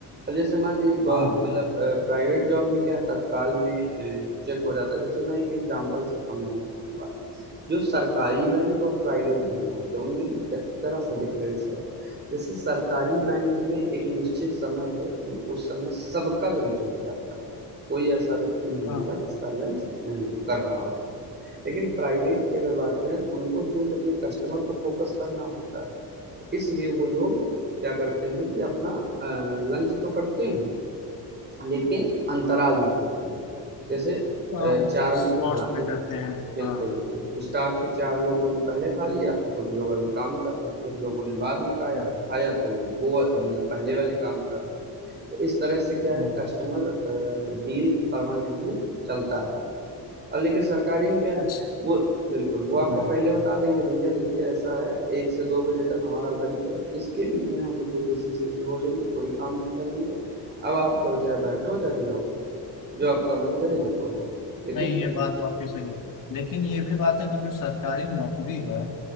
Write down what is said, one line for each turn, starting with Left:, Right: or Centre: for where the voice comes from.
Right: अब जैसे मान लीजिए गौ
Left: हाँ
Right: मतलब प्राइवेट जॉब में क्या है तत्काल में चेक हो जाता है जैसे मैं एक एग्जांपल से समझाना चाहूँगा जो सरकारी बैंक और प्राइवेट बैंक होते हैं उनमें ज- जरा सा डिफरेंस है जैसे सरकारी बैंक में एक निश्चित समय है कि उस समय सबका लंच हो जाता है कोई ऐसा व्यक्ति नहीं
Left: हाँ
Right: होगा जिसका लंच नहीं हो कर रहा होगा लेकिन प्राइवेट की अगर बात करें तो उनको चूंकि अपने कस्टमर को फोकस करना होता है इसलिए वो लोग क्या करते हैं कि अपना लंच तो करते हैं लेकिन अंतराल में करते हैं जैसे
Left: हाँ
Right: अ,
Left: मतलब
Right: चार
Left: शॉर्ट्स
Right: हाँ
Left: में करते हैं
Right: बिल्कुल,
Left: हाँ
Right: बिल्कुल। स्टाफ के 4 लोगों ने पहले खा लिया, तो कुछ लोग अभी काम कर रहे हैं, कुछ लोगों ने बाद में खाया
Left: हम्म,
Right: खाया तो वो अ, मतलब पहले वाले काम कर रहे हैं। तो इस तरह से क्या
Left: हम्म,
Right: है कस्टमर अ, डील परमानेंटली चलता रहता है। अब लेकिन सरकारी में क्या है
Left: अच्छा
Right: वो बिल्कुल, वो आपको
Left: हाँ
Right: पहले बता देंगे भैया देखिए ऐसा है 1 से 2 बजे तक हमारा लंच है, इसके बीच में हम कुछ और किसी से नहीं बोलेंगे, कोई काम नहीं करेंगे। अब आप चाहे बैठो चाहे जाओ, जो आपका मन करे वो करो। लेकिन
Left: नहीं ये बात तो आपकी सही है लेकिन ये भी बात है कि जो सरकारी नौकरी है